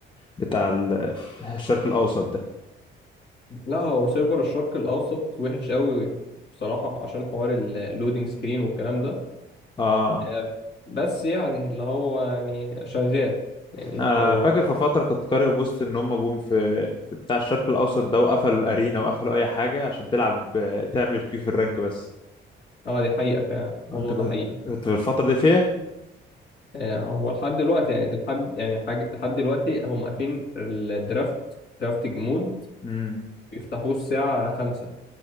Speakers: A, on the left; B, on the left.
A: بتاع ال- الشرق الاوسط ده
B: لا هو سيرفر الشرق الاوسط وحش قوي بصراحه عشان حوار اللودنج سكرين والكلام ده
A: اه
B: آه، بس يعني اللي هو يعني شغال يعني
A: انا
B: هو
A: فاكر في فتره كنت قارئ بوست ان هم جم في في بتاع الشرق الاوسط ده وقفلوا الارينا وقفلوا اي حاجه عشان تلعب تعمل الكيو في الرانك بس
B: اه دي حقيقه فعلا الموضوع
A: انت كنت
B: ده حقيقي
A: كنت في الفتره دي فيها
B: آه، هو لحد دلوقتي يعني لحد يعني حاجه لحد دلوقتي هم قافلين الدرافت درافتنج مود
A: امم
B: بيفتحوه الساعه 5